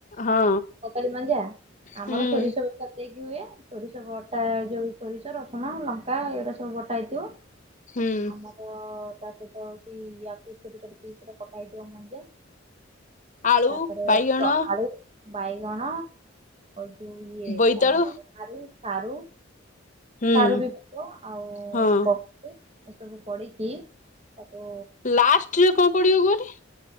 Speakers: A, on the left; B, on the right.
A: ହଁ
B: କଦଳୀ ମଞ୍ଜା ଆମର
A: ହୁଁ।
B: ସୋରିଷବେସର ଦେଇକି ହୁଏ। ସୋରିଷବଟା ଏ ଯୋଉ ସୋରିଷ ରସୁଣ ଲଙ୍କା ଏଗୁଡା ସବୁ ବଟା ହେଇଥିବ।
A: ହୁଁ
B: ଆମର ତା ସହିତ କି ୟାକୁ ଛୋଟ ଛୋଟ ପିସ ରେ କଟା ହେଇଥିବ। ଏକ ମଞ୍ଜା
A: ଆଳୁ
B: ତାପରେ
A: ବାଇଗଣ
B: ଏକ ଆଳୁ ବାଇଗଣ। ତୁ ଇଏ
A: ବୋଇତାଳୁ
B: କଣ କହନ୍ତି ସାରୁ। ସାରୁ।
A: ହୁଁ
B: ସାରୁ ବି ପକଉ ଆଉ
A: ହଁ
B: ପକେଇ ସବୁ ପଡିକି ତାକୁ
A: ଲାଷ୍ଟରେ କଣ ପଡିବ କୁହନି?